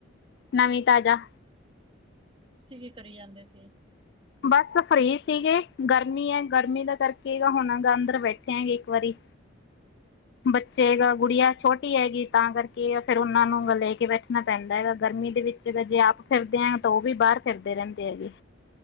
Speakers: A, on the left; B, on the right.
A: ਨਵੀਂ ਤਾਜ਼ਾ
B: ਤੁਸੀਂ ਕੀ ਕਰੀ ਜਾਂਦੇ ਫੇਰ
A: ਬਸ ਫ੍ਰੀ ਸੀਗੇ ਗਰਮੀ ਐ ਗਰਮੀ ਦਾ ਕਰਕੇ ਹੁਣ ਗਾ ਅੰਦਰ ਬੈਠੇ ਹੈਂਗੇ ਇੱਕ ਵਾਰੀ ਬੱਚੇ ਗਾ ਗੁੜੀਆਂ ਛੋਟੀ ਹੈਗੀ ਤਾਂ ਕਰਕੇ ਫਿਰ ਓਨਾਂ ਨੂੰ ਲੈ ਕੇ ਬੈਠਣਾ ਪੈਂਦਾ ਹੈਗਾ ਗਰਮੀ ਦੇ ਵਿੱਚ ਜਦ ਜੇ ਆਪ ਫਿਰਦੇ ਆ ਤਾਂ ਓ ਵੀ ਬਾਹਰ ਫਿਰਦੇ ਰੈਂਦੇ ਹੈਗੇ।